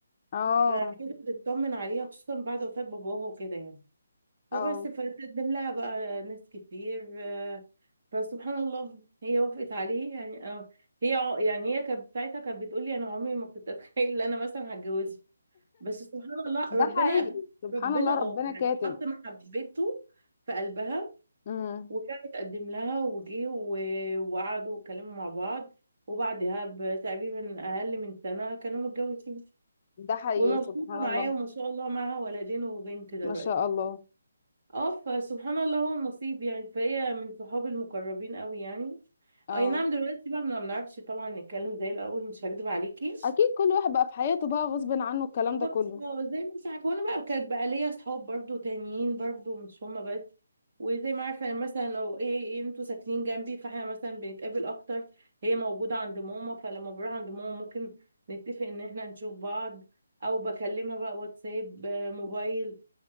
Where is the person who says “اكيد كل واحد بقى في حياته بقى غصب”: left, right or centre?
Left